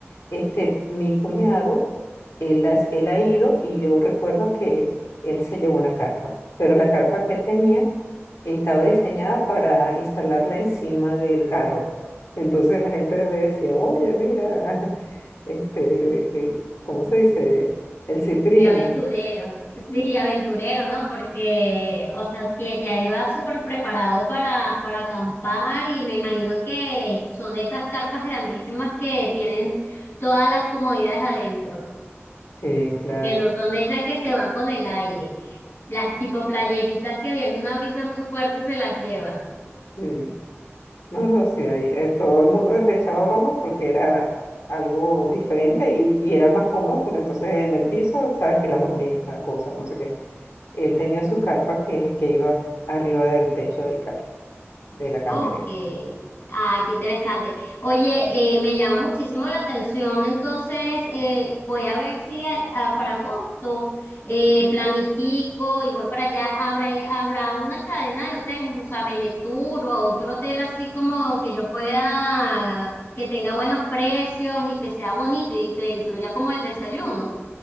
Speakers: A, on the left; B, on the left.
A: Este, mi cuñado, él, las- él ha ido y yo recuerdo que él se llevó una carpa, pero la carpa que él tenía estaba diseñada para instalarla encima del carro. Entonces la gente le decía, oye, mira, <laughs> este, eh, ¿cómo se dice? El cifrino.
B: Qué aventurero.
A: <laughs>
B: Sí, aventurero, ¿no? Porque, o sea, tie- ya iba súper preparado para, para acampar y me imagino que son de estas carpas grandísimas que tienen todas las comodidades adentro,
A: Sí, claro.
B: que no son de esas que se van con el aire, las tipo playeritas que viene una brisa muy fuerte y se las lleva.
A: Sí. No, no, sí, ahí, eh, todo el mundo le echaba broma porque era algo diferente y, y era más cómodo porque entonces en el piso, sabes que las hormigas, la cosa, no sé qué. Él tenía su carpa que, que iba arriba del techo del carro, de la camioneta.
B: Ok. Ah, qué interesante. Oye, eh, me llama muchísimo la atención, entonces eh, voy a ver si a- a- para agosto eh, planifico y voy para allá. ¿Habrá, habrá una cadena de hoteles, o sea, Benetur o otro hotel así como que yo pueda, que tenga buenos precios y que sea bonito y te incluya como el desayuno